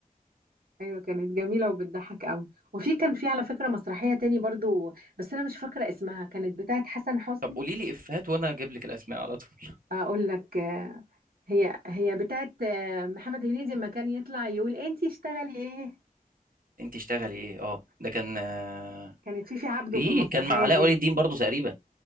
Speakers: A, on the right; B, on the right.
A: ايوه كانت جميلة وبتضحك قوي وفي كان في على فكرة مسرحية تاني برضو بس انا مش فاكرة اسمها كانت بتاعت حسن حسني
B: طب قولي لي افيهات وانا اجيب لك الاسماء على طول
A: اقول لك آه، هي هي بتاعت آه، محمد هنيدي لما كان يطلع يقول انتي اشتغلي ايه
B: <laughs> انت اشتغلي ايه اه ده كان آه،
A: كانت فيفي عبده
B: ايه
A: في المسرحية
B: كان مع علاء
A: دي
B: ولي الدين برضو تقريبا